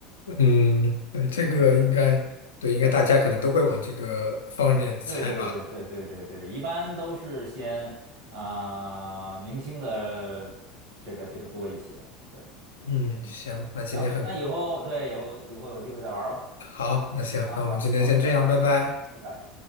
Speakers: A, on the left; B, on the right.
A: 嗯，对，这个应该，
B: 对
A: 对，应该大家可能都会往这个方面猜吧。
B: 对对对对对对对对，一般都是先啊、明星的这个这个多一些。对，
A: 嗯，
B: 嗯，
A: 行，那今天很
B: 行，那以后对有以后有机会再玩吧。
A: 好，那行，
B: 啊，
A: 那我们今天先这样，
B: 好好，拜拜，
A: 拜拜。
B: 拜拜。